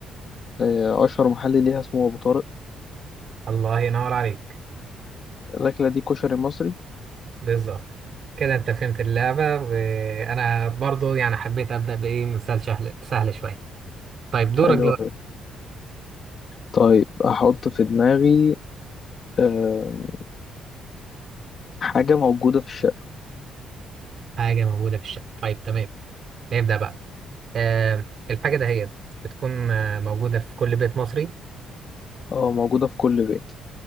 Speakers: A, on the left (about 45°); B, on the right (about 50°).
A: آه، أشهر محل ليها اسمه أبو طارق
B: الله ينور عليك
A: الأكلة دي كشري مصري
B: بالظبط كده انت فهمت اللعبة وانا برضو يعني حبيت ابدأ بايه مثال سهل سهل شوية طيب دورك
A: حلو
B: دلوقتي
A: أوي. طيب أحط في دماغي آه، حاجة موجودة في الشقة
B: حاجة موجودة في الشقة طيب تمام نبدأ بقى آه الحاجة دهيت بتكون آه، موجودة في كل بيت مصري
A: أه موجودة في كل بيت